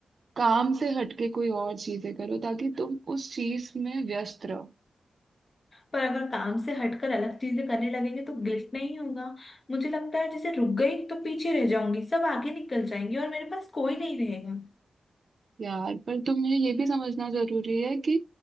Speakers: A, on the right (about 60°); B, on the left (about 45°).
A: काम से हटके कोई और चीजें करो ताकि तुम उस चीज में व्यस्त रहो
B: पर अगर काम से हटकर अलग चीजें करने लगेंगे तो गिल्ट नहीं होगा मुझे लगता है जैसे रुक गई तो पीछे रह जाऊंगी सब आगे निकल जाएंगे और मेरे पास कोई नहीं रहेगा
A: यार पर तुम्हें ये भी समझना जरूरी है कि